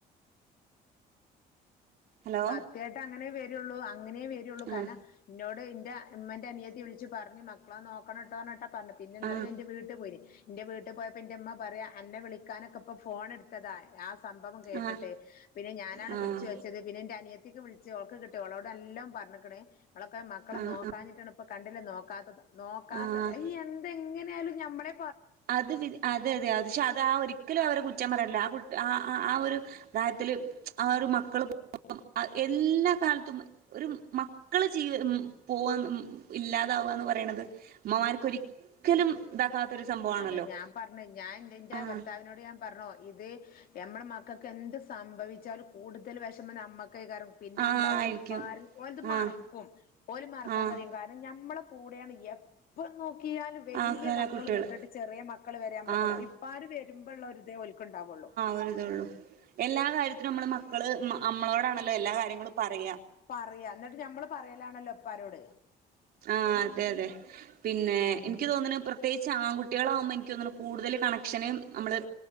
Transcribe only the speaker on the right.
ഹലോ
ആഹ്
ആഹ്
ആഹ് ആഹ്
ആഹ്
ആഹ്
ആഹ് ആഹ്
അത് അതെ അതെ അ പക്ഷെ അത ആ ഒരിക്കലും അവരെ കുറ്റ പററല്ല ആ കുട്ട ആ ആ ഒരു അതായഹത്തില് ആ ഒരു മക്കള് പോം എല്ലാ കാലത്തും ഒരു മക്കള് ജീ ഉം പോവാ ഉ ഇല്ലാതാവാന്ന് പറയണത്. അമ്മ്മാർക്ക് ഒരിക്കലും ഇതാക്കാത്തൊരു സംഭവാണല്ലോ
ആഹ്
ആഹ്
ആയിരിക്കും
ആഹ്
ആഹ്
ആക്കാര
കുട്ടികള്
ആഹ്
ഒര് ഇതൊെള്ളു. എല്ലാ കാര്യത്തിും നമ്മള് മക്കള് നമ്മളോടാണല്ലോ എല്ലാ കാര്യങ്ങളും പറയ.
ആ അതെ അതെ. പിന്നെ
ഇൻക്ക് തോന്ന്ണെ പ്രി പ്രത്യേകിച്ച് ആൺകുട്ട്യേളാവുമ്പം എനിക്ക് തോന്ന്ണ് കൂടുതല് കണക്ഷന് നമ്മള്